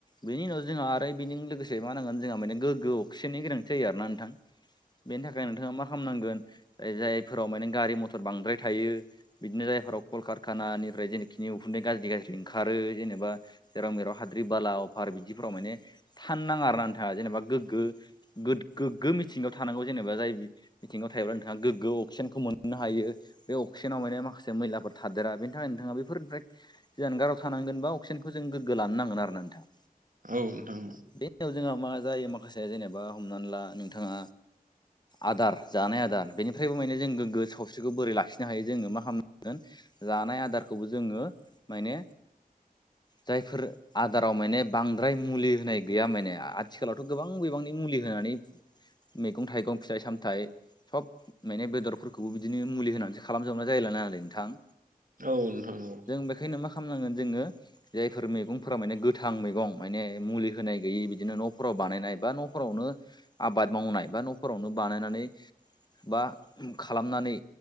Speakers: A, on the left; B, on the right.
A: बेनि उनाव जोंहा आरो बेनिजों लोगोसे मा नांगोन जोंहा माने गोगोआव अक्सिजेननि गोनांथि जायो आर ना नोंथां। बेनि थाखाय नोंथाङा मा खालामनांगोन जायफोराव माने गारि मथर बांद्राय थायो बिदिनो जायफोराव कलकारखानानिफ्राय जेनेखिनि उखुन्दै गाज्रि गाज्रि ओंखारो जेनेबा जेराव मेराव हाद्रि बाला अफार बिदिफोराव माने थान नाङा आरो ना नोंथाङा जेनेबा गोग्गो गोग्गो मिथिंगायाव थानांगौ जेनेबा जाय बिथिङाव थायोब्ला नोंथाङा गोग्गो अक्सिजेनखौ मोननो हायो। बे अक्सिजेनाव माने माखासे मैलाफोर थादेरा बेनि थाखाय नोंथाङा बेफोरनिफ्राय जानगाराव थानांगोनबा अक्सिजेनखौ जों गोग्गो लानो नांगोन आरो ना नोंथां।
B: औ नोंथां
A: बेनाव जोंहा मा जायो माखासे जेनेबा हमनानै ला नोंथाङा आदार जानाय आदार बेनिफ्रायबो माने जों गोग्गो सावस्रिखौ बोरै लाखिनो हायो जोङो मा खालामनांगोन जानाय आदारखौबो जोङो माने जायफोर आदाराव माने बांद्राय मुलि होनाय गैया माने आथिखालावथ' गोबां बिबांनि मुलि होनानै मैगं थाइगं फिथाइ सामथाइ सब माने बेदरफोरखौबो बिदिनो मुलि होनानैसो खालामजोबना जायला नालाय नोंथां।
B: औ नोंथां औ
A: जों बेखायनो मा खालामनांगोन जोङो जायफोर मैगंफोरा माने गोथां मैगं माने मुलि होनाय गैयि बिदिनो न'फोराव बानायनाय बा न'फोरावनो आबाद मावनाय बा न'फोरावनो बानायनानै बा खालामनानै